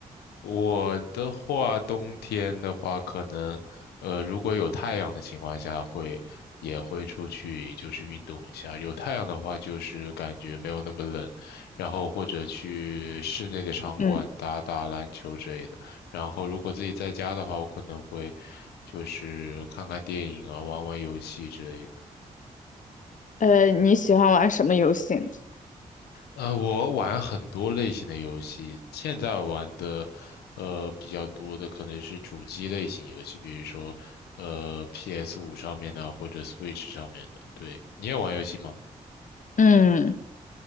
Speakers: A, on the left; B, on the left.
A: 我的话，冬天的话，可能，呃，如果有太阳的情况下会，也会出去就是运动一下。有太阳的话，就是感觉没有那么冷，然后或者去室内的场馆打打篮球之类的。
B: 嗯，
A: 然后如果自己在家的话，我可能会就是看看电影啊，玩玩游戏之类的。
B: 呃，你喜欢玩什么游戏呢？
A: 呃，我玩很多类型的游戏，现在玩的，呃，比较多的可能是主机类型游戏，比如说，呃 p s 五上面的或者 Switch 上面的。对，你也玩游戏吗？
B: 嗯。